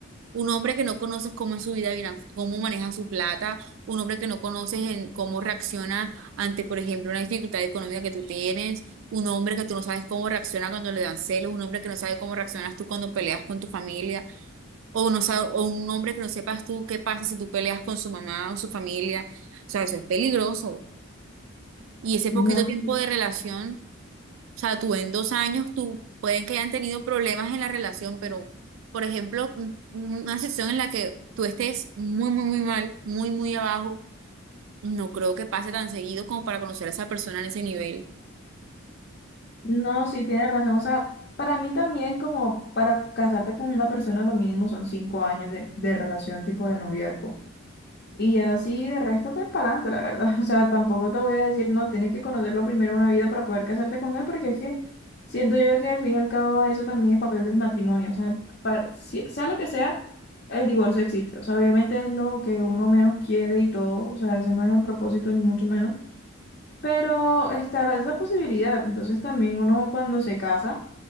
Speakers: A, on the right; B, on the left.
A: Un hombre que no conoces cómo es su vida, finan- cómo maneja su plata, un hombre que no conoces en cómo reacciona ante, por ejemplo, una dificultad económica que tú tienes, un hombre que tú no sabes cómo reacciona cuando le dan celos, un hombre que no sabe cómo reaccionas tú cuando peleas con tu familia. O, no, sa- o un hombre que no sepas tú qué pasa si tú peleas con su mamá o su familia. O sea, eso es peligroso. Y ese poquito
B: No,
A: tiempo
B: sí,
A: de relación, o sea, tú en dos años, tú pueden que hayan tenido problemas en la relación, pero, por ejemplo, un- una situación en la que tú estés muy, muy, muy mal, muy, muy abajo, no creo que pase tan seguido como para conocer a esa persona en ese nivel.
B: no, sí, tienes razón. O sea, para mí también como para casarte con una persona, lo mínimo son cinco años de, de relación tipo de noviazgo. Y así de resto, pues para adelante, la verdad. <laughs> O sea, tampoco te voy a decir, no, tienes que conocerlo primero una vida para poder casarte con él, porque es que siento yo que al fin y al cabo eso también es papel del matrimonio. O sea, para- si- sea lo que sea, el divorcio existe. O sea, obviamente es lo que uno menos quiere y todo. O sea, ese no es el propósito, ni mucho menos. Pero está la- esa posibilidad. Entonces también uno cuando se casa,